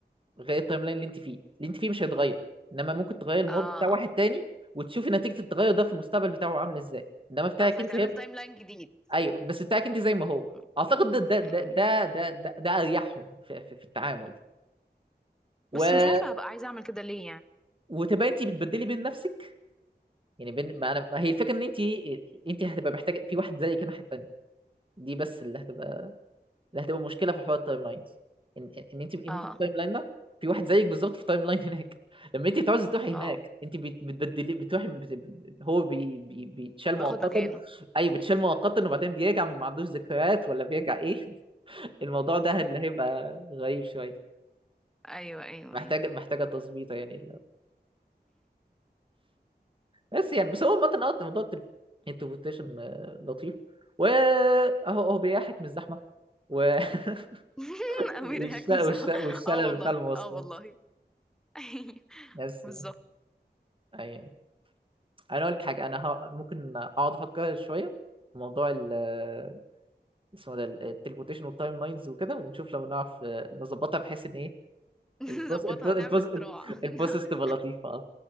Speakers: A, on the right (about 30°); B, in the centre.
A: غير التايم لاين اللي انت فيه اللي انت فيه مش هيتغير انما ممكن تغير الماضي
B: اه
A: بتاع واحد تاني وتشوفي نتيجه التغير ده في المستقبل بتاعه عامله ازاي انما بتاعك
B: اه فيتعمل
A: انت هيبقى
B: تايم لاين جديد
A: ايوه بس بتاعك انت زي ما هو
B: مم.
A: اعتقد ده ده ده
B: مم.
A: ده ده, ده, ده اريحهم في, في, في التعامل و...
B: بس مش عارفة هبقى عايزة اعمل كده ليه يعني
A: وتبقى انت بتبدلي
B: مم.
A: بين نفسك يعني بين ما انا ما هي الفكره ان انت انت هتبقى محتاجه في واحد زي كده ناحيه التانيه دي بس اللي هتبقى اللي هتبقى مشكله في حوار التايم لاينز ان ان انت ان
B: اه
A: انت التايم لاين ده في واحد زيك بالظبط في التايم لاين هناك <laughs> لما انت تعوزي تروحي
B: اه
A: هناك انت بت- بتبدلي بتروحي بت- هو بي بي بيتشال
B: باخد
A: مؤقتا
B: مكانه
A: اي بتشال مؤقتا وبعدين بيرجع ما عندوش ذكريات ولا بيرجع ايه <laughs> الموضوع ده اللي هيبقى غريب شويه
B: ايوه ايوه
A: محتاجه
B: ايوه
A: محتاجه تظبيطه يعني بس يعني بس هو عامة اه موضوع التل- التليبورتيشن آه، لطيف واهو اهو بيحك من الزحمه و... <laughs>
B: <laughs> امير
A: والش...
B: هيك
A: والش...
B: مزح
A: والشلل
B: اه والله
A: بتاع المواصلات
B: اه والله <laughs> ايوه
A: بس
B: بالظبط
A: يعني أي... انا اقول لك حاجه انا ه... ممكن اقعد افكر شويه في موضوع ال آه، اسمه ده التليبورتيشن والتايم لاينز وكده ونشوف لو نعرف آه، نظبطها بحيث ان ايه
B: <laughs>
A: البروس
B: نظبطها
A: البروس
B: نعمل
A: البروس
B: اختراع <laughs>
A: البروسيس تبقى لطيفه اه